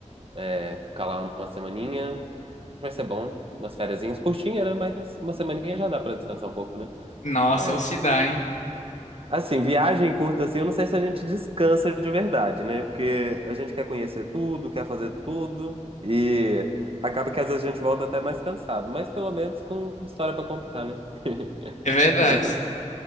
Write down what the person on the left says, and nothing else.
Nossa,
ou se dá, hein?
É verdade.